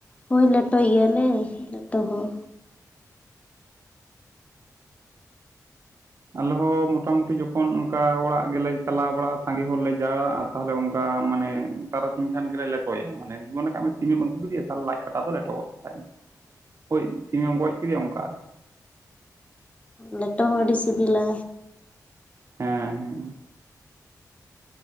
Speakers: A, on the left; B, on the right.
A: ᱦᱳᱭ ᱞᱮᱴᱚᱭ ᱜᱮᱭᱟᱞᱮ ᱞᱮᱴᱚ ᱦᱚᱸ
B: ᱟᱞᱮ ᱦᱚᱸ ᱢᱚᱴᱟᱢᱩᱴᱤ ᱡᱚᱠᱷᱚᱱ ᱚᱱᱠᱟ ᱚᱲᱟᱜ ᱜᱮᱞᱮ ᱪᱟᱞᱟᱣ ᱵᱟᱲᱟᱜᱼᱟ ᱥᱟᱸᱜᱮ ᱦᱚᱲ ᱞᱮ ᱪᱟᱜᱼᱟ ᱛᱟᱦᱚᱞᱮ ᱚᱱᱠᱟ ᱢᱟᱱᱮ ᱛᱟᱨᱥᱤᱧ ᱠᱷᱟᱱ ᱜᱮᱞᱮ ᱞᱮᱴᱚᱭᱟ ᱢᱮ ᱡᱤᱢᱚᱱ ᱠᱟᱜ ᱢᱮ ᱥᱤᱢ ᱟᱹᱜᱩ ᱠᱮᱫᱤᱭᱟ ᱛᱟᱦᱚᱞᱮ ᱞᱟᱡ ᱠᱟᱴᱟ ᱫᱚ ᱞᱮᱴᱚᱜᱼᱟ ᱦᱳᱭ ᱥᱤᱢ ᱮᱢ ᱜᱚᱡ ᱠᱮᱫᱮᱭᱟ ᱚᱱᱠᱟ
A: ᱞᱮᱴᱚ ᱦᱚᱸ ᱟᱹᱰᱤ ᱥᱤᱵᱤᱞᱟ
B: ᱦᱮᱸ ᱦᱮᱸ